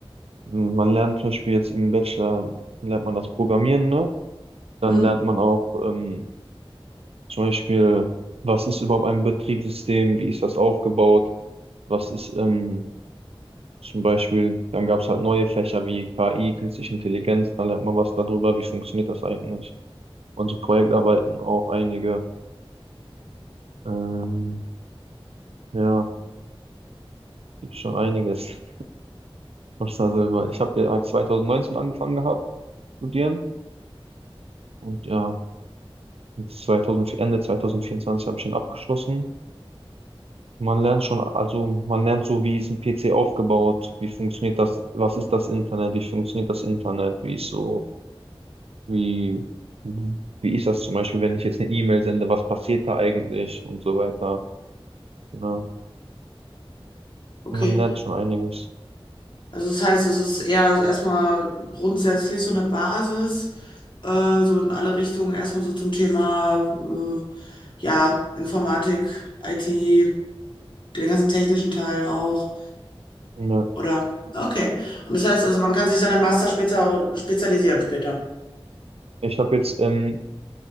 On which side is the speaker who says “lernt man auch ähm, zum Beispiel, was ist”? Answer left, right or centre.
Right